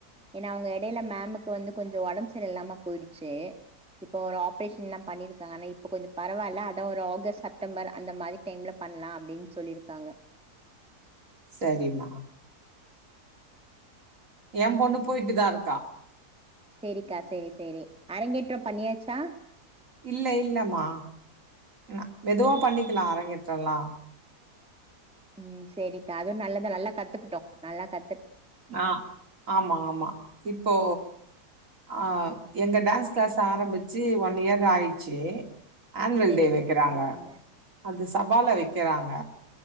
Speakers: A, in the centre; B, on the right.
A: ஏன்னா அவங்க எடையில மேமுக்கு வந்து கொஞ்ச ஒடம்ப சரி இல்லாம போயிடுச்சு இப்ப ஒரு ஆப்ரேஷன் எல்லா பண்ணிரு க ஆனா இப்ப கொஞ்சோ பரவால்ல அதா ஒரு ஆகஸ்ட் செப்டம்பர் அந்த மாரி டைம்ல பண்லா அப்டின் சொல்லிருக்காங்க
B: சரிம்மா ஏ பொண்ணு போயிட்டு தா இருக்கா
A: செரிக்கா செரி செரி அரங்கேற்றோ பண்ணியாச்சா
B: இல்ல இல்லமா ம மெதுவா பண்ணிக்கலா அரங்கேற்றல்லா
A: ம் சரிக்கா அதுவு நல்லதுதா நல்லா கத்துக்குட்டு நல்லா க
B: ஆ ஆமா ஆமா இப்போ ஆவ் எங்க டான்ஸ் கிளாஸ் ஆரம்பிச்சு ஒன் இயர் ஆயிடுச்சு ஆன்வல்
A: சேரி
B: டே
A: சேரி
B: வைக்கிறாங்க
A: ஆ ஆ
B: அது சபால வை இருக்கிறாங்க